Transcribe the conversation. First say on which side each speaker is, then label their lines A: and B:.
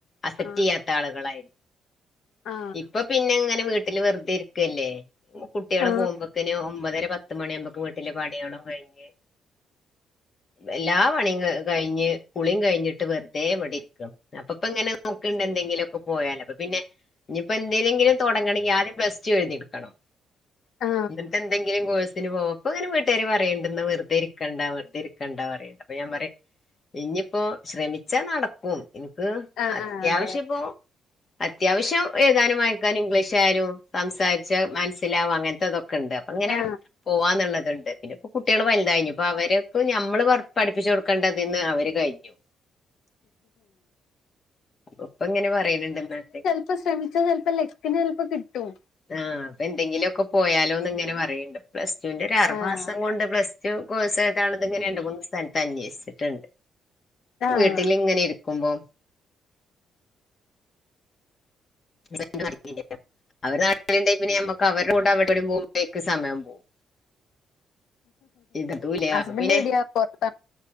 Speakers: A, on the left; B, on the left.
A: അസപ്റ്റ്
B: ആ
A: ചെയ്യാത്ത ആളുകളായിരുന്നു
B: ആ
A: ഇപ്പൊ പിന്നെ ഇങ്ങനെ വീട്ടില് വെറുതെ ഇരിക്കല്ലേ കുട്ടികള്
B: ആ
A: പോകുമ്പോക്ക്ന് ഒമ്പതര പത്ത് പത്ത് മണി ആകുമ്പക്കും വീട്ടില് പണികളും കഴിഞ്ഞ് എല്ലാ പണിയും കഴിഞ്ഞ് കുളിയും കഴിഞ്ഞിട്ട് വെറുതെ ഇവിടെ ഇരിക്ക അപ്പൊ ഇങ്ങനെ നോക്ക്ണ്ട് എന്തെങ്കിലും ഒക്കെ പോയാലോ അപ്പൊ പിന്നെ ഇനിയിപ്പോ എന്തേലെങ്കിലും തുടങ്ങണെങ്കിൽ ആദ്യും പ്ലസ് ടു എഴുതി എടുക്കണം
B: ആ
A: ഇന്നട്ട് എന്തെങ്കിലും കോഴ് <unintelligible> ഇങ്ങനെ വീട്ടുകാര് പറയ്ണ്ട് ഇന്നാ വെറുതെ ഇരിക്കണ്ട വെറുതെ ഇരിക്കണ്ടാ പറയ്ണ്ട് അപ്പ ഞാൻ പറയും. ഇഞ്ഞിയിപ്പോ ശ്രമിച്ചാ നടക്കും ഇൻക്ക്
B: ആ ആ
A: അത്യാവിശ്യം
B: അതെ
A: ഇപ്പോ അത്യാവശ്യം എഴുതാനും വായിക്കാനും ഇംഗ്ലീഷ് ആയാലും സംസാരിച്ചാ മനസ്സിലാവും അങ്ങന് ത്തെ ഇതൊക്കെ ഉണ്ട്. അങ്ങനെ
B: ആ
A: പോവാന്ന്ള്ളത്ണ്ട് പിന്നെ ഇപ്പ കുട്ടികൾ വലുതായി ഇനിയിപ്പോ അവര്ക്ക് നമ്മള് പഠിപ്പിച്ചു കൊടുക്കേണ്ടതിന്ന് അവര് കഴിഞ്ഞു. ഉപ്പ ഇങ്ങനെ പറയ്ണണ്ട് എന്നാട്ടെ
B: ഇപ്പോ ശ്രമിച്ച ചെലപ്പോ ലെക്കിന് ചെലപ്പോ കിട്ടും
A: ആഹ് അപ്പൊ എന്തെങ്കിലുക്കെ പോയാലോന്ന് ഇങ്ങനെ പറയ്ണ്ട് പ്ലസ് ടുവിന്റെ ഒരു ആറുമാസം
B: ആഹ്
A: കൊണ്ട് പ്ലസ് ടു കോഴ്സ് <unintelligible> ഇങ്ങനെ രണ്ട് മൂന്ന് സ്ഥലത്ത് അന്വേഷിച്ചിട്ടുണ്ട്
B: ആഹ്
A: വീട്ടിൽ ഇങ്ങനെ ഇരി കുമ്പോ <unintelligible> അവര് നാട്ടിലാണ്ടെങ്കി പിന്നെ നമ്മക്ക് അവരുടെ കൂടെ അവിടെ വരെ പോകുമ്പോഴേക്ക് സമയം പോവും. ഇതും ഇല്ല
B: ഹസ്ബൻഡ്
A: അപ്പൊ പിന്നെ
B: എവിടെയ പുറത്താ?